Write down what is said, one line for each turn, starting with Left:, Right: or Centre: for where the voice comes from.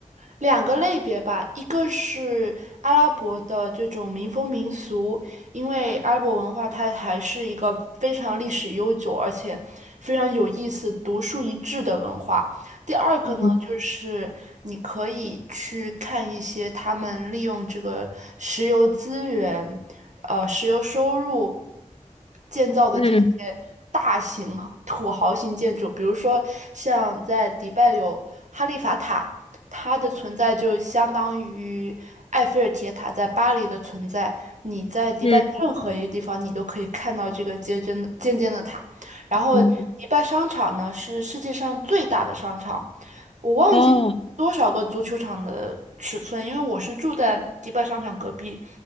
Right: 两个类别吧，一个是阿拉伯的这种民风民俗，因为阿拉伯文化它还是一个非常历史悠久，而且非常有意思、独树一帜的文化。第二个呢，
Left: 嗯
Right: 就是你可以去看一些他们利用这个石油资源，呃，石油收入建造的这些
Left: 嗯
Right: 大型土豪型建筑，比如说像在迪拜有哈利法塔。它的存在就相当于埃菲尔铁塔在巴黎的存在。你在迪拜的任何一个地方，
Left: 嗯
Right: 你都可以看到这个尖尖尖尖的塔。然后，
Left: 嗯，
Right: 迪拜商场呢是世界上最大的商场，我忘记多少个足球场的尺寸，
Left: 哦，
Right: 因为我是住在迪拜商场隔壁。